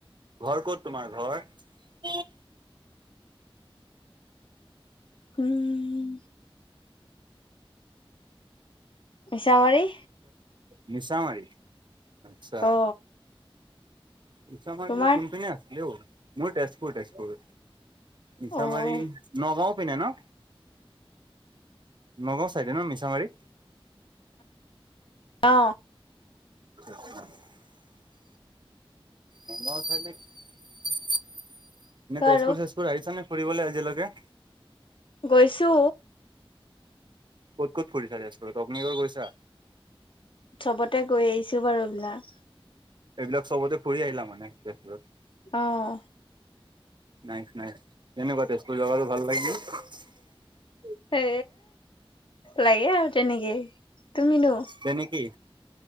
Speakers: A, on the right; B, on the left.
A: ঘৰ ক'ত তোমাৰ ঘৰ।
B: উম মিছামাৰী।
A: মিছামাৰি আচ্ছা।
B: অ
A: নিছামাৰি
B: তোমাৰ
A: কোন পিনে আছিলে অ মোৰ তেজপুৰ তেজপুৰ। নিছামাৰী
B: অ অ
A: নগাঁও পিনে ন। নগাঁও চাইডে ন মিছামাৰী।
B: অ।
A: <unintelligible> মেম আছে নেকি? তেজপুৰ
B: ক আৰু
A: চেজপুৰ আহিছা নে? ফুৰিবলে আজিলৈকে
B: গৈছো।
A: ক'ত ক'ত ফুৰিছা তেজপুৰত অগ্নিগড় গৈছা।
B: চবতে গৈ আহিছো বাৰু এইবিলাক।
A: এইবিলাক চবতে ফুৰি আহিলা মানে তেজপুৰত।
B: অহ।
A: নাইক নাই তেনেকুৱা তেজপুৰ জাগাটো ভাল লাগে নে।
B: এ লাগে আৰু তেনেকে তুমিনো
A: তেনেকি